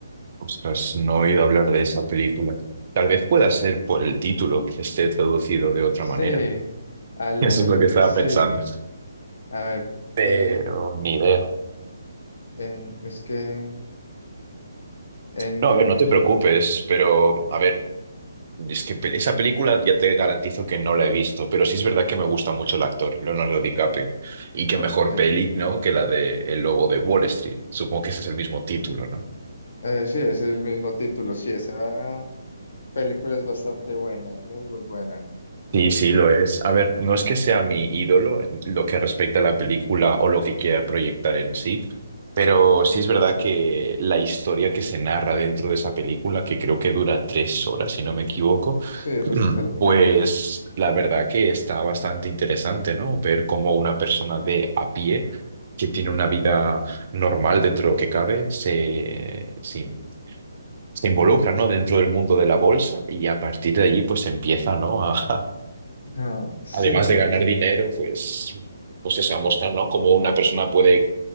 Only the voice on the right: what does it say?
Ostras, no he oído hablar de esa película. Tal vez pueda ser por el título que esté traducido de otra
manera.
<laughs>
Eso
es lo que estaba
pensando.
Pero
ni idea.
No, a ver, no te preocupes, pero a ver, es que pe- esa película ya te garantizo que no la he visto, pero sí es verdad que me gusta mucho el actor, Leonardo DiCaprio. Y qué
mejor peli, ¿no? Que la de El Lobo de Wall Street. Supongo que ese es el mismo título, ¿no?
Sí, sí, lo es. A ver, no es que sea mi ídolo en lo que respecta a la película o lo que quiera proyectar en sí, pero
sí es verdad que la historia que se narra dentro de esa película, que creo que dura tres horas, si no me equivoco,
<clears throat>
pues la verdad que está bastante interesante, ¿no? Ver cómo una persona de a pie, que tiene una vida normal dentro de lo que cabe, se, se, se involucra, ¿no? Dentro del mundo de la bolsa y a partir de allí, pues empieza, ¿no? A, <laughs>
además
de ganar
dinero, pues, pues eso, a mostrar, ¿no? Cómo una persona puede,